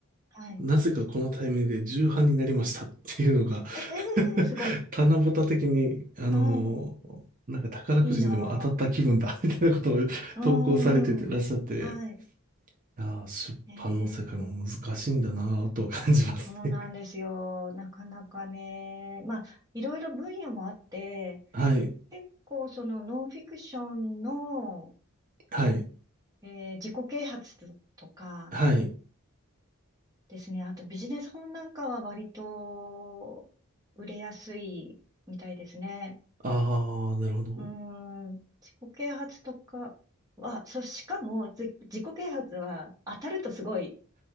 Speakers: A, on the right (about 15°); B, on the right (about 40°).
A: はい。
B: なぜかこのタイミングで重版になりましたっていうのが
A: ええー、
B: <laughs>
A: すごっ。
B: 棚ぼた的に、あの、
A: うん。
B: なんか宝くじにでも当たった気分だみたいなことを投稿されててらっしゃって、
A: いいな。うん。うんはい。
B: いやー、出版の世界も難しいんだなぁとは感じますね。
A: ええそうなんですよ。
B: <laughs>
A: なかなかね。まあ、いろいろ分野もあって、
B: はい、
A: 結構そのノンフィクションの、
B: はい、
A: えー自己啓発とか
B: はい。
A: ですね。あとビジネス本なんかは割と売れやすいみたいですね。
B: ああ、なるほど。
A: うーん、自己啓発とかは、そう、しかも自自己啓発は当たるとすごい